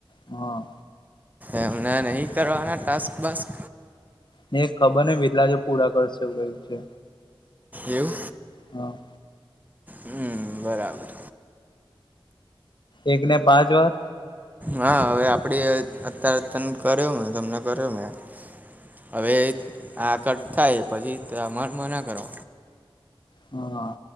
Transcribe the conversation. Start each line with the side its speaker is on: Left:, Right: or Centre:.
Left: હા
Right: એમને નહી કરવાના ટાસ્ક બાસ્ક?
Left: ને ખબર ને વેદલાજ પૂરા કરશે કઈ છે
Right: એવું
Left: હા
Right: હમ બરાબર
Left: એક ને પાંચ વાર
Right: હા હવે આપડી અત્યારે તને કર્યો મે તમને કર્યો મે હવે આ કટ થાય પછી માન મા ના કરો
Left: હા